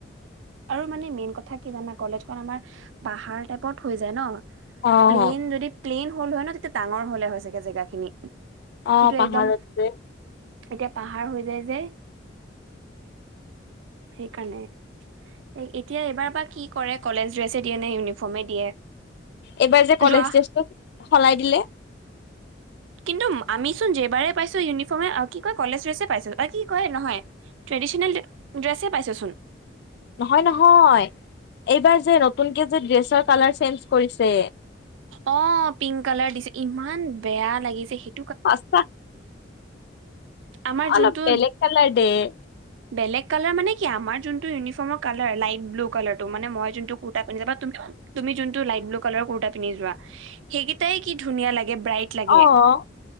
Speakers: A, on the right (about 80°); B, on the left (about 55°).
A: আৰু মানে মেইন কথা কি জান কলেজখন আমাৰ পাহাৰ টাইপত হৈ যায় ন।
B: অ',
A: প্লেইন যদি প্লেইন, হ'ল হয় ন, তেতিয়া ডাঙৰ হলে হয় চাগে জেগা খিনি।
B: অ
A: কিন্তু
B: পাহাৰত
A: একদম
B: যে,
A: এতিয়া, পাহাৰ হৈ যায় যে সেইকাৰণে, এতিয়া এইবাৰ বা কি কৰে কলেজ ড্ৰেছে দিয়ে নে ইউনিফৰ্মে দিয়ে।
B: এইবাৰ যে কলেজ
A: যোৱা
B: ড্ৰেষ্টো সলাই দিলে।
A: কিন্তু আমি চোন যেইবাৰে পাইছো, ইউনিফৰ্মে কি কয় কলেজ ড্ৰেছে পাইছো কি কয় নহয়, ট্ৰেডিচনেল ড্ৰেছে পাইছোচোন।
B: নহয় নহয়, এইবাৰ যে নতুনকে যে ড্ৰেছৰ কালাৰ চেঞ্জ কৰিছে।
A: অ পিংক কালাৰ দিছে ইমান বেয়া লাগিছে সেই
B: সচা
A: আমাৰ
B: অলপ
A: যোনটো
B: বেলেগ কালাৰ দে <inaudible>
A: বেলেগ কালাৰ মানে কি আ, আমাৰ যোনটো ইউনিফৰ্মৰ কালাৰ, লাইট ব্লু কালাৰ মানে মই যোনটো কুৰ্তা পিন্ধি যাবা, তুমি যোনটো লাইত ব্লু কালাৰ কূৰ্তা যোৱা, সেইকেটাই কি ধুনীয়া লাগে। ব্ৰাইট লাগে।
B: অ',